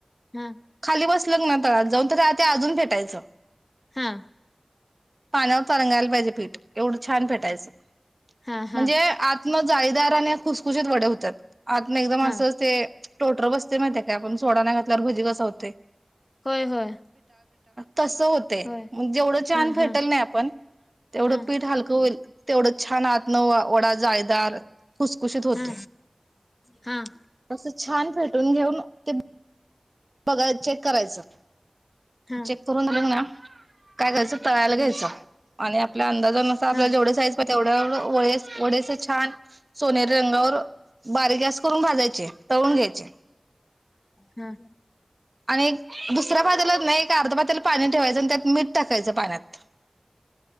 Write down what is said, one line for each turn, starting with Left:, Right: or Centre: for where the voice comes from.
Left: हा
Right: खाली बसल ना की तळाला जाऊन त ते अजून फेटायचं.
Left: हा
Right: पानावर परंगायला पाहिजे पीठ एवढं छान पेटायचं
Left: हा हा
Right: म्हणजे आतन - जाळीदार आणि खुसखुशीत वडे होतात आ एकदम
Left: हा
Right: असं ते - टोटर बसते माहितीे काय आपण सोडा नाही घातल्यावर भजी कस होतय.
Left: होय -होय
Right: तसं होते
Left: होय
Right: जेवढं छान
Left: हा
Right: फेटल
Left: हा
Right: नाही आपण तेवढं
Left: हा
Right: पीठ हलकं होईल. तेवढं छान आतन वडा जाळीदार - खूसखुशीत होते
Left: हा हा
Right: असं छान फेटून घेऊन ते- बघा चेक करायचं.
Left: हा
Right: चेक करून दिलंग ना काय करायचं - तळायला घ्यायचं
Left: हा
Right: आणि आपल्या अंदाजानुसार आपल्याला
Left: हा
Right: जेवढे साईज पाहि तेवढं वळेस वडे असं छान सोनेरी रंगावर बारीक गॅस करून भाजायचे तळून घ्यायचे
Left: हा
Right: आणि एक दुसऱ्या बाजूला ना एक अर्ध पातेलं पाणी ठेवायचं आणि त्यात मीठ टाकायचं पाण्यात